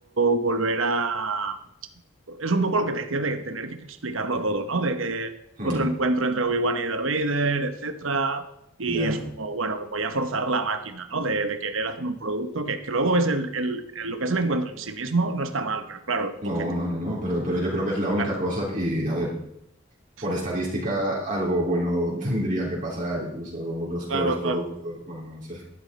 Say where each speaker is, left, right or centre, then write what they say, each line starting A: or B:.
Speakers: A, on the right; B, on the right.
A: volver a, es un poco lo que te decía de tener que explicarlo todo, ¿no? De que
B: mm,
A: otro encuentro entre Obi-Wan y Darth Vader, etcétera. Y
B: ya,
A: es como, bueno, como ya forzar la máquina, ¿no? De, de querer hacer un producto que, que luego ves el, el- el- lo que es el encuentro en sí mismo, no está mal, pero claro,
B: No,
A: lo que te
B: no, no, no, pero, pero yo creo que es la
A: llegar
B: única
A: a ser,
B: cosa y a ver. Por
A: ¡fua!
B: estadística, algo bueno <laughs> tendría que pasar, incluso los
A: Claro,
B: peores productos.
A: claro.
B: Bueno, no sé.